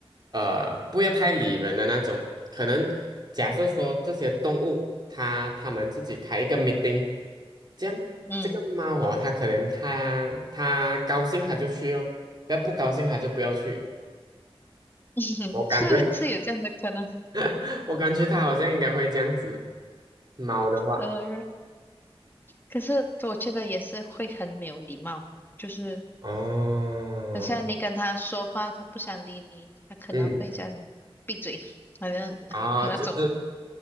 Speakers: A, on the right (about 45°); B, on the left (about 20°).
A: 呃不要太理人的那种。可能假设说这些动物，它它们自己开一个 meeting。这样这个猫哦，
B: 嗯，
A: 它可能它它高兴它就去哦，要不高兴它就不要去。
B: <laughs>
A: 我感觉
B: 是是有这样的可能。
A: <laughs> 我感觉它好像应该会这样子。猫的话，
B: 呃，可是我觉得也是会很没有礼貌，就是
A: 哦，
B: 等像你跟他说话，他不想理你，他可能会叫你闭嘴，
A: 嗯，
B: 好像 <laughs>
A: 啊，
B: 那种
A: 就是